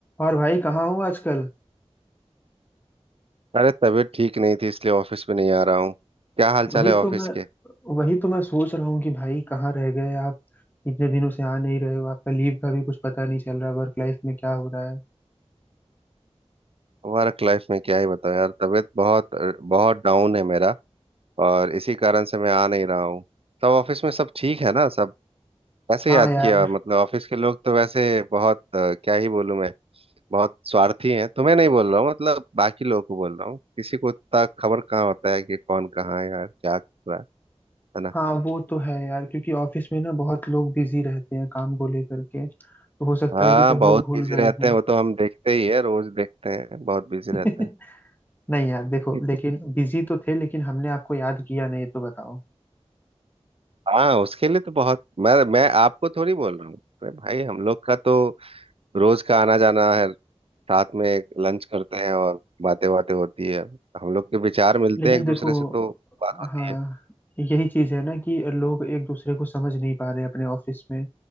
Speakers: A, on the left; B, on the right.
A: और भाई कहाँ हो आजकल
B: अरे तबीयत ठीक नहीं थी इसलिए ऑफिस में नहीं आ रहा हूँ क्या हाल
A: वही
B: चाल है ऑफिस
A: तो मैं
B: के
A: वही तो मैं सोच रहा हूँ कि भाई कहाँ रह गए आप इतने दिनों से आ नहीं रहे हो आपका लीव का भी कुछ पता नहीं चल रहा वर्क लाइफ में क्या हो रहा है
B: वर्क लाइफ में क्या ही बताओ यार तबीयत बहुत बहुत डाउन है मेरा और इसी कारण से मैं आ नहीं रहा हूँ सब ऑफिस में सब ठीक है ना सब कैसे
A: हाँ
B: याद
A: यार
B: किया मतलब ऑफिस के लोग तो वैसे बहुत अ, क्या ही बोलूँ मैं बहुत स्वार्थी हैं तुम्हें नहीं बोल रहा हूँ मतलब बाकी लोगों को बोल रहा हूँ किसी को इतना खबर कहाँ होता है कि कौन कहाँ है यार क्या कर रहा है है ना
A: हाँ वो तो है यार क्योंकि ऑफिस में ना बहुत लोग बिजी रहते हैं काम को लेकर के तो हो सकता
B: हाँ
A: है कि सब
B: बहुत
A: लोग भूल
B: बिजी
A: गए
B: रहते
A: हों
B: हैं वो तो हम देखते ही है रोज देखते हैं बहुत बिजी
A: <laughs>
B: रहते
A: नहीं यार देखो
B: हैं
A: लेकिन बिजी तो थे लेकिन हमने आपको याद किया नहीं ये तो बताओ
B: हाँ उसके लिए तो बहुत मैं मैं आपको थोड़ी बोल रहा हूँ अरे भाई हम लोग का तो रोज का आना जाना है साथ में लंच करते हैं और बातें बातें होती है हम लोग के विचार मिलते
A: लेकिन
B: हैं एक दूसरे
A: देखो
B: से तो बात होती
A: हाँ
B: है
A: यही चीज है ना कि लोग एक दूसरे को समझ नहीं पा रहे अपने ऑफिस में